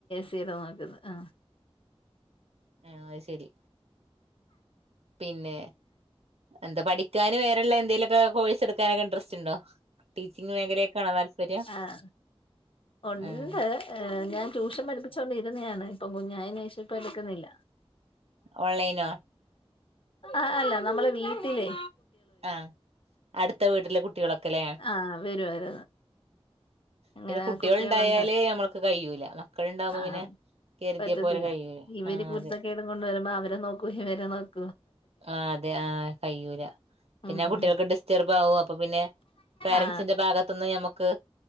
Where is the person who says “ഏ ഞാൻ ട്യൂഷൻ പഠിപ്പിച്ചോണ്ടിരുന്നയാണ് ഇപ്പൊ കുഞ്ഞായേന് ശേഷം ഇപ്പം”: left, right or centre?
Left